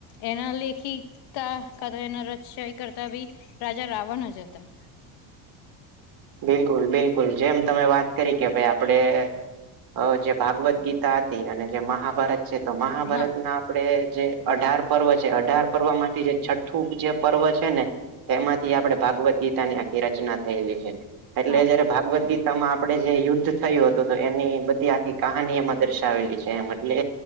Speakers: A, on the left; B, on the right.
A: એના લેખિકા એના રચય કરતા બી, રાજા રાવણ જ હતા. <inaudible>
B: બિલકુલ બિલકુલ જેમ તમે વાત કરી કે ભાઈ આપડે અ જે ભાગવદ્ ગીતા હતી અને જે મહાભારત છે તો મહાભારત
A: હા
B: ના આપણેે જે અઢાર પર્વ છે અઢાર પર્વ માંથી જે છે. જે પર્વ છે ને, એમાંથી આપડે ભાગવદ ગીતા ની આખી રચના થયેલી છે. એટલે
A: હા
B: જયારે ભાગવદ ગીત માં આપણે જે યુદ્ધ થયું હતું તો એની બધી આખી કહાની એમાં દર્શાવેલી છે એમ. એટલે,